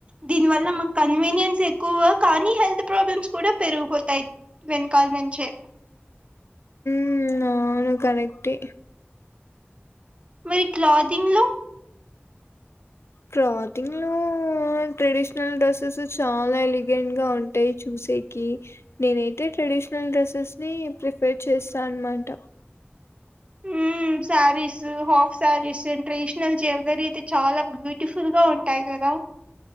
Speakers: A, on the right (about 30°); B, on the left (about 80°).
A: దీని వల్ల మా కన్వనియన్స్ ఎక్కువ కానీ హెల్త్ ప్రాబ్ల మ్స్ కూడా పెరిగిపోతాయి వెనకాల నుంచే
B: మ్ అవును కరెక్టే
A: మరి క్లాథింగ్ లో
B: క్లాథింగ్లో ట్రెడిషనల్ డ్రెస్సెస్ చాలా ఎలిగెంట్ గా ఉంటాయి చూస్ సేకి నేనైతే ట్రెడిషనల్ డ్రెస్సెస్ ని ప్రిఫెర్ చేస్తా అన్మాట
A: మ్ saris half saris traditional jewellery అయితే చాలా బ్యూటిఫుల్ గా ఉంటాయి కదా